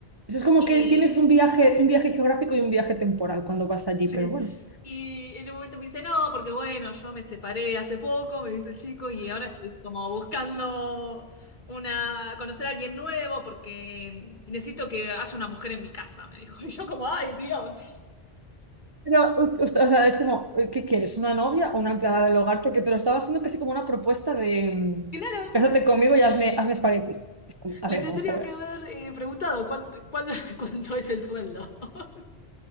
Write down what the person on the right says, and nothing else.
Eso es como
que tienes un viaje, un viaje geográfico y un viaje temporal cuando vas allí,
pero bueno.
Pero, o, o sea, es como, eh, ¿qué quieres? ¿Una novia o una empleada del hogar? Porque te lo estaba haciendo casi como una propuesta de mm,
cásate conmigo y hazme, hazme espaguetis. Es como, a
ver,
vamos a ver.